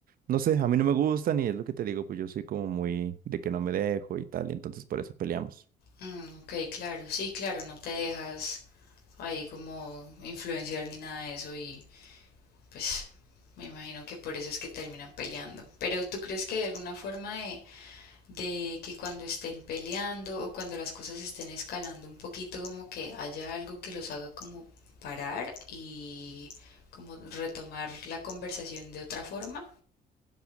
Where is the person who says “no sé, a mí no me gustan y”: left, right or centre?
Right